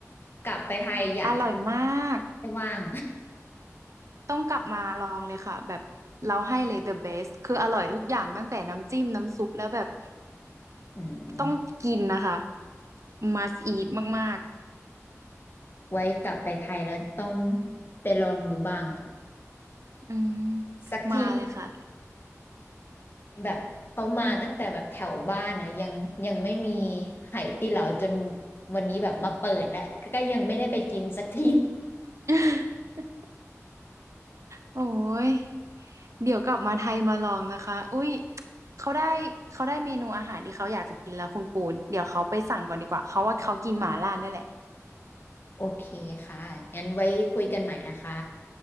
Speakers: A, on the left; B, on the right.
A: กลับไปไทยอยากกิน
B: อร่อยมาก
A: ไม่ว่าง
B: ต้องกลับมาลองเลยค่ะแบบเราให้เลย the best คืออร่อยทุกอย่างตั้งแต่น้ำจิ้มน้ำซุปแล้วแบบ
A: <laughs> อืม
B: ต้องกินนะคะ must eat มาก
A: ไว้กลับไปไทยแล้วต้องไปลองดูบ้างค่ะ
B: ๆอืม
A: สักที
B: มาเลยค่ะ
A: แบบเขามาตั้งแต่แบบแถวบ้านนะยังยังไม่มีไหตีเหลาจนวันนี้แบบมาเปิดแล้วก็ก็ยังไม่ได้ไปกินสักที <laughs>
B: <laughs> โอ้ย เดี๋ยวกลับมาไทยมาลองนะคะอุ้ยเขาได้เขาได้เมนูอาหารที่เขาอยากจะกินแล้วคุณปูน เดี๋ยวเขาไปสั่งก่อนดีกว่าเขาว่าเขากินหม่าล่าเนี่ยแหละ
A: โอเคค่ะงั้นไว้คุยกันใหม่นะคะ